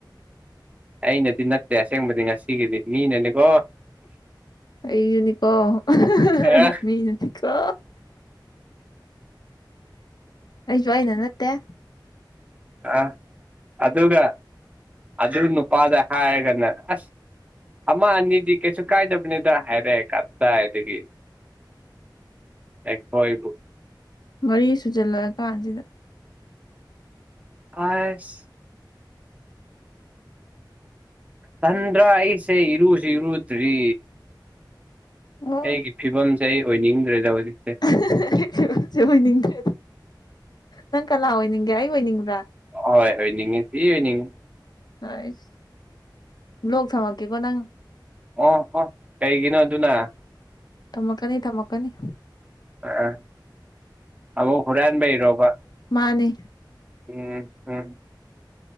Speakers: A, on the right; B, on the left.
A: ꯑꯩꯅꯗꯤ ꯅꯠꯇꯦ ꯑꯁꯦꯡꯕꯗꯤ ꯉꯁꯤꯒꯤꯗꯤ ꯃꯤꯅꯅꯤꯀꯣ
B: ꯑꯩꯁꯨꯅꯤꯀꯣ <unintelligible>
A: ꯑꯦ
B: ꯃꯤꯅꯅꯤꯀꯣ ꯑꯩꯁꯨ ꯑꯩꯅ ꯅꯠꯇꯦ
A: ꯑꯥ ꯑꯗꯨꯒ ꯑꯗꯨ ꯅꯨꯄꯥꯗ ꯍꯥꯏꯔꯒꯅ ꯑꯁ ꯑꯃ ꯑꯅꯤꯗꯤ ꯀꯩꯁꯨ ꯀꯥꯏꯗꯕꯅꯦꯗ ꯍꯥꯏꯔꯛꯑꯦ ꯀꯗꯥꯥꯏꯗꯒꯤ ꯑꯩꯈꯣꯏꯕꯨ
B: ꯃꯔꯤ ꯁꯨꯖꯜꯂꯛꯑ ꯀꯥꯟꯁꯤꯗ
A: ꯍꯥꯢꯁ ꯇꯟꯗ꯭ꯔꯥ ꯑꯩꯁꯦ ꯏꯔꯨꯁꯨ ꯏꯔꯨꯗ꯭ꯔꯤ
B: ꯑꯣ
A: ꯑꯩꯒꯤ ꯐꯤꯕꯝ ꯑꯩ ꯑꯣꯏꯅꯤꯡꯗ꯭ꯔꯦꯗ ꯍꯧꯖꯤꯛꯁꯦ
B: <unintelligible> ꯑꯩ ꯐꯤꯚꯝꯁꯦ ꯑꯣꯏꯅꯤꯡꯗ꯭ꯔꯦ ꯅꯪ ꯀꯅꯥ ꯑꯣꯏꯅꯤꯡꯒꯦ ꯑꯩ ꯑꯣꯏꯅꯤꯡꯕ꯭ꯔꯥ
A: ꯍꯣꯏ ꯑꯣꯏꯅꯤꯡꯉꯦ ꯊꯤ ꯑꯣꯏꯅꯤꯡꯉꯤ
B: ꯍꯩꯁ ꯕ꯭ꯂꯣꯛ ꯊꯝꯃꯛꯀꯦꯀꯣ ꯅꯪ
A: ꯑꯣꯍꯣ ꯀꯩꯒꯤꯅꯣ ꯑꯗꯨꯅ
B: ꯊꯝꯃꯛꯀꯅꯤ ꯊꯝꯃꯛꯀꯅꯤ
A: ꯑꯥ ꯑꯃꯛ ꯍꯨꯔꯥꯟꯕꯩꯔꯣꯕ
B: ꯃꯥꯅꯤ
A: ꯎꯝ ꯎꯝ